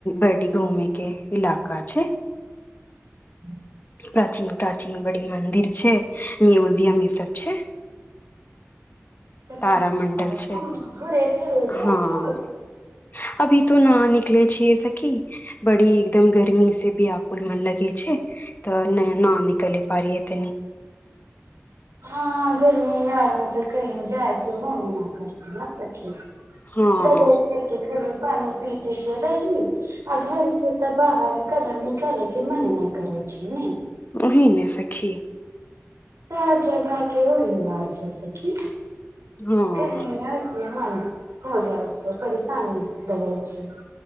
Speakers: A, on the left (about 40°); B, on the right (about 85°).
A: बड घूम के टाका छै
B: ह
A: प्राचीन प्राचीन बड़ी मंन्दिर छै म्यूजियम ई सब छै
B: त
A: तारामंडल
B: तऽ
A: छै
B: घरे फिर जाउ
A: हँ
B: छ
A: अभी तो न निकले छिय सखी बड़ी एकदम गर्मी से भी आकुल मन लगे तऽ नया न निकले पारीऐ तनी
B: हँ गर्मी आारमे तऽ कहीं जायके मोन न करते न सखी
A: हँ
B: लगै छै की खाली पानी पी पी के रहहि आ घर से तऽ बाहर कदम निकाले के मने न करै छै ने
A: उन्हहि ने सखी
B: सए जगह केओ न रहलाल छै स की
A: हँ
B: गर्मी मे होइस मन हो जाइ छै परेशानी लगै छै